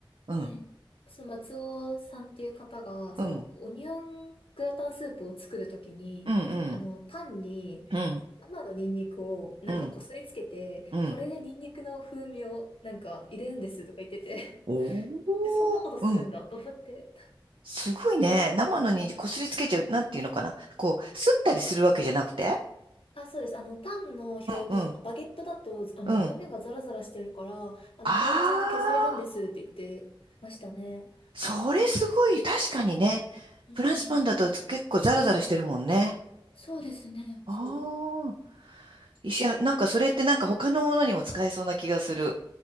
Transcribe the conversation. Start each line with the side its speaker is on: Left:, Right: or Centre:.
Right: うん。
Left: はい。その松尾さんっていう方が、その、
Right: うん。
Left: オニオングラタンスープを作るときに、
Right: うんうん。
Left: あの、パンに
Right: うん。
Left: 生のニンニクをなんかこすりつけて、
Right: うん。うん。
Left: これでニンニクの風味をなんか入れるんですとか言ってて、
Right: お
Left: <laughs> えそんなことするんだと思って。
Right: ー。うん。すごいね。生のにこすりつけちゃう。
Left: うん
Right: なんていうのかなこう、すったりするわけじゃなくて。
Left: あ、そうです。あの、パンの表面が、
Right: うん。
Left: バゲットだと、あの、
Right: うん。
Left: 表面がザラザラしてるから、あの、
Right: ああ。
Left: これでちゃんと削れるんですって言ってましたね。
Right: それすごい、確かにね。
Left: うん、
Right: フランスパンだと結構ザラザラしてるもんね。
Left: そうですね。
Right: ああ、
Left: そう。
Right: 石、なんかそれってなんか他のものにも使えそうな気がする。